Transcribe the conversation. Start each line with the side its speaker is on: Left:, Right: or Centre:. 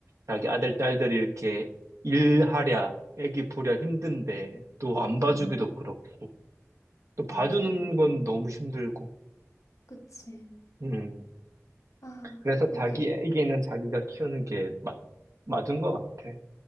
Right: 자기 아들 딸들이 이렇게 일하랴 애기 보랴 힘든데 또 안 봐주기도
Left: 음,
Right: 그렇고 또 봐주는
Left: 맞아.
Right: 건 너무 힘들고.
Left: 그치.
Right: 음.
Left: 아,
Right: 그래서
Left: 그러게.
Right: 자기에게는 자기가 키우는 게 맞, 맞은 것 같아.